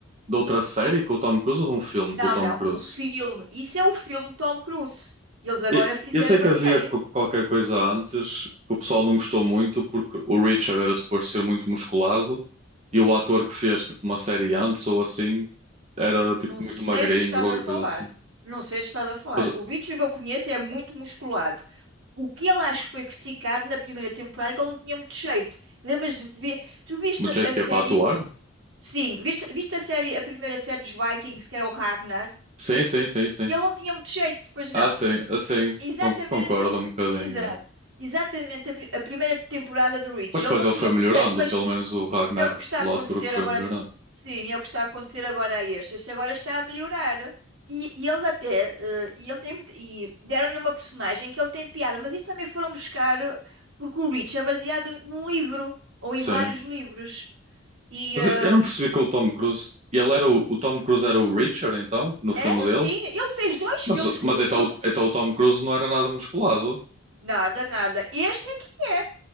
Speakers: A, on the right; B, on the right.
A: de outra série
B: Do-
A: com o Tom Cruise ou de um filme
B: Não,
A: com o Tom
B: não,
A: Cruise?
B: o filme. Isso é o filme Tom Cruise. Eles agora
A: E-
B: fizeram
A: Eu sei que
B: a
A: havia
B: série.
A: co- qualquer coisa antes que o pessoal não gostou muito porque o Richard era suposto ser muito musculado e o ator que fez tipo uma série antes ou assim era tipo
B: Não
A: muito
B: sei
A: magrinho
B: do que estás
A: ou qualquer
B: a falar.
A: coisa assim.
B: Não sei do que estás a falar.
A: Mas o
B: O Richard que eu conheço é muito musculado. O que ele acho que foi criticado na primeira temporada é que ele não tinha muito jeito. Lembras de ver? Tu viste
A: do jeito
B: a série?
A: que é para atuar?
B: Sim, viste, viste a série, a primeira série dos Vikings, que era o Ragnar,
A: Sim, sim, sim, sim.
B: e ele não tinha muito jeito, pois não.
A: Ah, sim, assim
B: Exatamente,
A: con- concordo
B: o-
A: um bocadinho.
B: exato.
A: é.
B: Exatamente a, pri- a primeira temporada do Richard.
A: Mas
B: Ele
A: depois
B: não
A: ele
B: tinha
A: foi
B: muito
A: melhorando,
B: jeito, mas
A: pelo menos o Ragnar
B: é o que está a
A: Lothbrok
B: acontecer
A: foi
B: agora.
A: melhorando.
B: Sim, é o que está a acontecer agora a este. Este agora está a melhorar. E, e ele até, eh, e ele tem, muito- e deram-lhe uma personagem que ele tem piada, mas isto também foram buscar, eh, porque o Rich é baseado num livro, ou em
A: Sim.
B: vários livros. E,
A: Mas
B: eh,
A: eu eu não
B: e
A: percebi que o Tom Cruise. Ele era o, o Tom Cruise era o Richard, então, no filme
B: era
A: dele.
B: assim, ele fez dois filmes
A: Mas,
B: com
A: mas
B: isso.
A: então, o- então o Tom Cruise não era nada musculado.
B: Nada, nada. Este é que é.